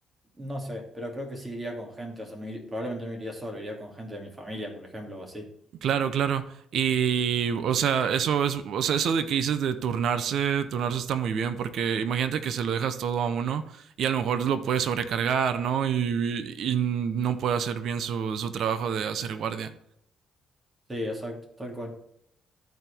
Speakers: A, on the right (about 20°); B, on the right (about 70°).
A: no sé, pero creo que sí iría con gente, o sea, no ir- probablemente no iría solo, iría con gente de mi familia, por ejemplo, o así.
B: Claro, claro. Y, o sea, eso es, o sea, eso de que dices de turnarse, turnarse está muy bien, porque imagínate que se lo dejas todo a uno y a lo mejor lo puede sobrecargar, ¿no? Y, y no puede hacer bien su, su trabajo de hacer guardia.
A: Sí, exacto, tal cual.